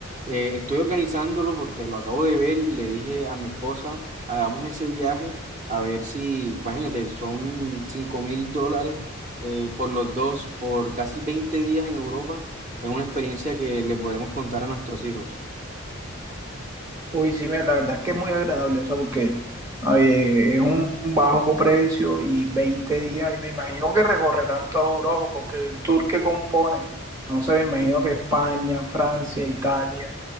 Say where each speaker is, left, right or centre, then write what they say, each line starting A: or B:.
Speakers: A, on the right (about 35°); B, on the right (about 15°).
A: Eh, estoy organizándolo porque lo acabo de ver y le dije a mi esposa, hagamos ese viaje a ver si, imagínate, son cinco mil dólares eh, por los dos, por casi 20 días en Europa. Es una experiencia que le podremos contar a nuestros hijos.
B: Uy, sí, mira, la verdad es que es muy agradable, o sea, porque eh, es un bajo precio y 20 días, y me imagino que recorrerán toda Europa, porque el tour que compone, no sé, me imagino que España, Francia, Italia,